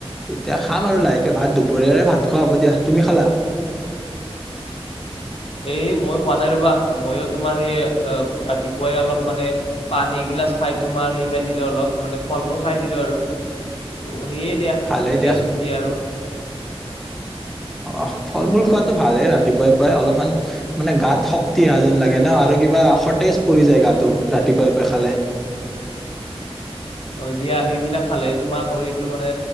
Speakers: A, in the centre; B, on the left.
A: এতিয়া খাম আৰু লাহেকে ভাত দুপৰীয়াৰে ভাত খোৱা হ'ব দিয়া, তুমি খালা?
B: এই মইও খোৱা নাই ৰবা, মইয়ো তোমাৰ সেই অ ৰাতিপুৱাই অলপ মানে পানী এগিলাচ খায় তোমাৰ সেই খায় দিলো অলপ মানে ফল মূল খায় দিলো আৰু, ত' সেই দিয়া,
A: ভালেই
B: এনেকে আছোঁ এতিয়া আৰু।
A: অহ ফল মূল খোৱাটো ভালেই ৰাতিপুৱাই প্ৰায় অলপমান মানে গাত শক্তি অহা যেন লাগে ন আৰু কিবা সতেজ পৰি যায় গাটো ৰাতিপুৱাই পুৱাই খালে।
B: হয় দিয়া সেইবিলাক খালে তোমাৰ শৰীৰটো মানে